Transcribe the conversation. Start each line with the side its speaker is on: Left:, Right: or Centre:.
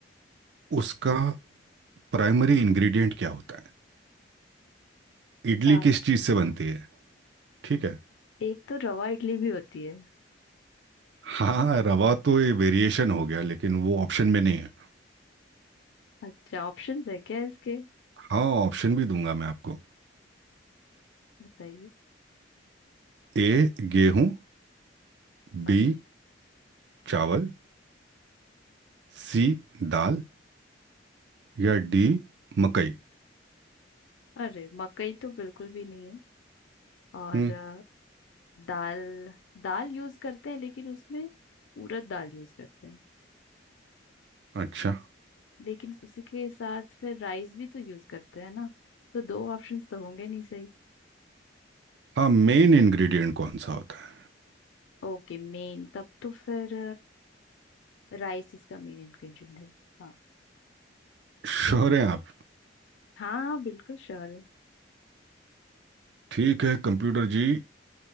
Right: उसका प्राइमरी इंग्रेडिएंट क्या होता है इडली
Left: अच्छा
Right: किस चीज़ से बनती है ठीक है
Left: एक तो रवा इडली भी होती है
Right: हाँ रवा तो ये वेरिएशन हो गया लेकिन वो ऑप्शन में नहीं है
Left: अच्छा ऑप्शंस है क्या इसके
Right: हाँ ऑप्शन भी दूंगा मैं आपको
Left: बताइए
Right: ए गेहूं
Left: अच्छा
Right: बी चावल सी दाल या डी मकई
Left: अरे मकई तो बिल्कुल भी नहीं है और
Right: हम्म
Left: अ, दाल दाल यूज करते हैं लेकिन उसमें उड़द दाल यूज करते हैं
Right: अच्छा
Left: लेकिन उसी के साथ फिर राइस भी तो यूज करते हैं ना तो दो ऑप्शंस तो होंगे नहीं सही
Right: हाँ मेन इंग्रेडिएंट कौन सा होता है
Left: ओके मेन तब तो फिर राइस इसका मेन इंग्रेडिएंट है हाँ
Right: श्योर हैं आप
Left: हाँ हाँ, बिल्कुल श्योर है
Right: ठीक है कंप्यूटर जी